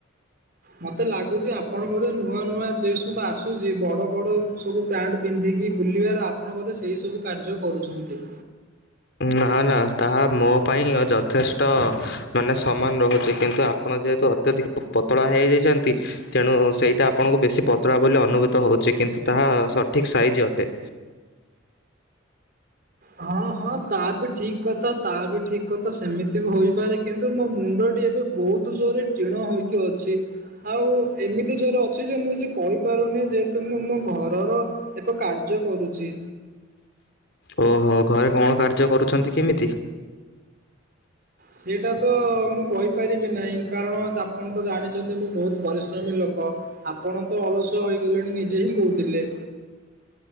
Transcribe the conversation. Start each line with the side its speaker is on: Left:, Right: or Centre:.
Right: ମତେ ଲାଗୁଛି ଆପଣ ବୋଧେ ନୂଆ ନୂଆ ଡ୍ରେସ ସବୁ ଆସୁଛି ବଡ଼ ବଡ଼ ସବୁ ପ୍ୟାଣ୍ଟ ପିନ୍ଧିକି ବୁଲିବାର ଆପଣ ବୋଧେ ସେଇ ସବୁ କାର୍ଯ୍ୟ କରୁଛନ୍ତି।
Left: ନା ନା ତାହା ମୋ ପାଇଁ ଅ ଯଥେଷ୍ଟ ମାନେ ସମାନ ରହୁଛି କିନ୍ତୁ ଆପଣ ଯେହେତୁ ଅତ୍ୟଧିକ ପତଳା ହେଇଯାଇଛନ୍ତି ତେଣୁ ସେଇଟା ଆପଣଙ୍କୁ ବେଶୀ ପତଳା ବୋଲି ଅନୁଭୂତ ହଉଛି କିନ୍ତୁ ତାହା ସଠିକ ସାଇଜ ଅଟେ।
Right: ହଁ ହଁ ତା ବି ଠିକ୍ କଥା ତା ବି ଠିକ୍ କଥା ସେମିତି ବି ହୋଇପାରେ କିନ୍ତୁ ମୋ ମୁଣ୍ଡଟି ଏବେ ବହୁତୁ ଜୋରେ ଟିଣ ହୋଇକି ଅଛି। ଆଉ ଏମିତି ଜୋରେ ଅଛି ଯେ ମୁଁ କିଛି କହିପାରୁନି ଯେହେତୁ ମୁଁ ମୋ ଘରର ଏକ କାର୍ଯ୍ୟ କରୁଛି।
Left: ଓହୋ ଘରେ କଣ କାର୍ଯ୍ୟ କରୁଛନ୍ତି କେମିତି?
Right: ସେଇଟା ତ ମୁଁ କହିପାରିବି ନାହିଁ କାରଣ ଆପଣ ତ ଜାଣିଛନ୍ତି ମୁଁ ବହୁତ ପରିଶ୍ରମୀ ଲୋକ। ଆପଣ ତ ଅଳସୁଆ ହୋଇଗଲେଣି ନିଜେ ହିଁ କହୁଥିଲେ।